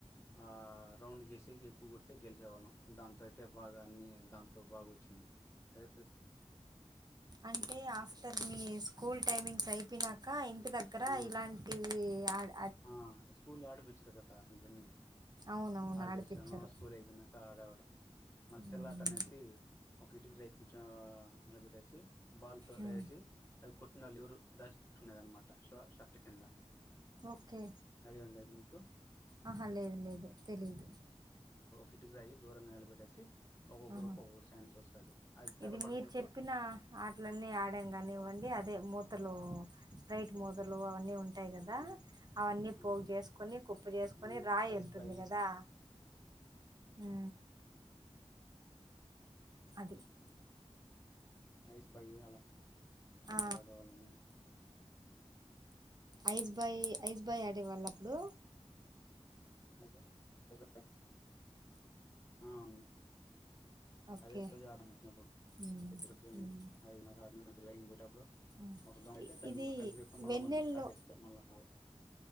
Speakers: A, on the left; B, on the right.
A: ఆ రౌండ్ గెస్ ఎక్కువ కుడితే గెలిచేవాళ్ళం దాంతో అయితే బాగా అన్నీ దాంతో బాగొచ్చింది అదే
B: అంటే ఆఫ్టర్ మీ స్కూల్ టైమింగ్స్ అయిపోయినాకా ఇం ఇంటి దగ్గరా
A: ఆ
B: ఇలాంటివి యాల్ల
A: ఆ స్కూల్ ఆడిపిచ్చర కదా ఇవన్నీ
B: అవునవును
A: హాలిడేస్లోనో
B: ఆడిపిచ్చరు
A: స్కూల్ అయిపోయినాకా ఆడ ఆడ మళ్ళ
B: మ్మ్.
A: సిల్లాట అనేసి ఒక ఇటుక రే కూర్చో నిలబెట్టేసి బాల్ త
B: మ్మ్.
A: వేసి అది కొట్నల్ ఎవరు దాచ్ ట్కునేదనమాట సో స ట్ కింద
B: ఓకే
A: అడి వందయింది ఉ
B: ఆహా లేదు లేదు తెలీదు
A: కిటికిరాయి దూరంగా నిలబెట్టేసి ఒక్కొక్కరు
B: ఆహ
A: ఒక్కొక్క ఛాన్స్ వస్తది అది సెల్ల
B: ఇది
A: పడిపోతే
B: మీరు చెప్పిన ఆటలన్నీ ఆడాం గానివ్వండి అదే మూతలు లైట్ మూదలు అవన్నీ ఉంటాయి ఉంటాయి గదా
A: ఆ
B: అవన్నీ
A: ఆ
B: పోగు జేసుకొని కుప్పు జేసుకొని
A: మేము
B: రాయి
A: ఐస్
B: ఎత్తుంది
A: బై
B: గదా ఉ అది
A: ఐయిస్ భాయ్యలా
B: ఆ,
A: అంటే వాడే వాళ్ళము
B: ఐస్బయ్ ఐస్బయ్ ఆడేవాళ్ళప్పుడు
A: అస్ అస్ అవును
B: ఓకే
A: అదే చ అడినారు వచ్చినపుడు
B: మ్మ్.
A: ఎత్రుజీనులు
B: మ్మ్.
A: ఐనరు అరినారు లైన్ బై ఒ
B: మ్మ్.
A: ఒక దొంగ అయితే
B: ఇ-
A: దాన్ని
B: ఇది
A: మన కనిపియకు మళ్ళా
B: వెన్నెల్లో
A: తాకేస్తే మళ్ళా